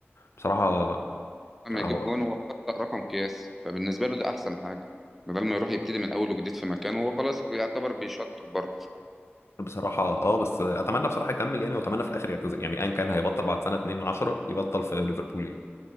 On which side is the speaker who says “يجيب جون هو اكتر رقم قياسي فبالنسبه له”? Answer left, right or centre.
Centre